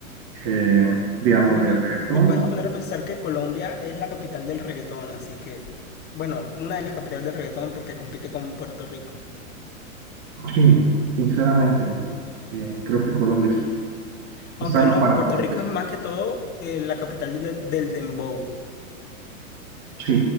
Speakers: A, on the right; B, on the left.
A: eh, digamos,
B: Bueno,
A: de
B: y
A: reggaetón,
B: y te puedes poner a pensar que Colombia es la capital del reggaetón, así que, bueno, una de las capitales del reggaetón porque compite con Puerto Rico.
A: sí, sinceramente, eh, creo que Colombia es-
B: Aunque
A: está a la
B: no,
A: par
B: Puerto
A: de Puerto
B: Rico
A: Rico.
B: es más que todo eh, la capital del, del dembow.
A: Sí,